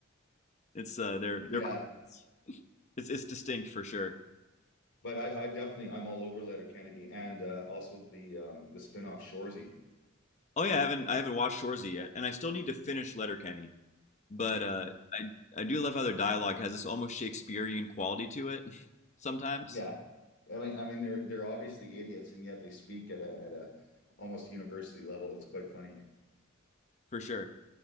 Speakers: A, on the left; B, on the left.
A: It's uh, they're
B: Yeah,
A: they're <laughs> it's it's distinct for sure.
B: but I, I definitely I'm all over Letterkenny and uh, also the um, the spinoff off Shoresy.
A: Oh yeah, I haven't I haven't watched Shorzy yet, and I still need to finish Letterkenny. But uh, I I do love how their dialogue has this almost Shakespearean quality to it <laughs> sometimes,
B: Yeah. I mean, I mean, they're they're obviously idiots, and yet they speak at a at a almost university level. It's quite funny.
A: for sure.